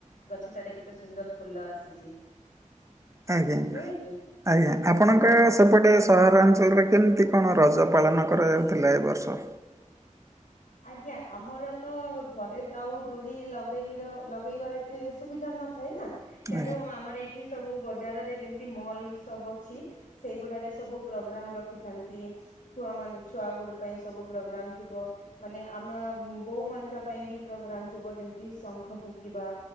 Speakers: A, on the left (about 75°); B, on the right (about 25°).
A: ଗଛଟାରେ କେତେ ସୁନ୍ଦର ଫୁଲ ଆସିଛି।
B: ଆଜ୍ଞା।
A: ନୁହେଁ କି?
B: ଆଜ୍ଞା ଆପଣଙ୍କ ସେପଟେ ସହରାଞ୍ଚଳରେ କେମିତି କଣ ରଜ ପାଳନ କରାଯାଉଥିଲା ଏ ବର୍ଷ?
A: ଆଜ୍ଞା ଆମର ତ ଘରେ ଆଉ ଦୋଳି ଲଗେଇର ଲଗେଇବାର ଏତେ ସୁବିଧା ନଥାଏ ନା? ତେଣୁ
B: ଆଜ୍ଞା
A: ଆମର ଏଇଠି ସବୁ ବଜାରରେ ଯେମିତି ମଲ ସବୁ ଅଛି। ସେଇଗୁଡାରେ ସବୁ ପ୍ରୋଗ୍ରାମ ରଖିଥାନ୍ତି। ଛୁଆ ମାନେ ଛୁଆ ଗୁଡା ପାଇଁ ସବୁ ପ୍ରୋଗ୍ରାମ ଥିବ। ମାନେ ଆମେ ବୋଉ ମାନଙ୍କ ପାଇଁ ବି ପ୍ରୋଗ୍ରାମ ଥିବ ଯେମିତି ଶଙ୍ଖ ଫୁଙ୍ଖିବା।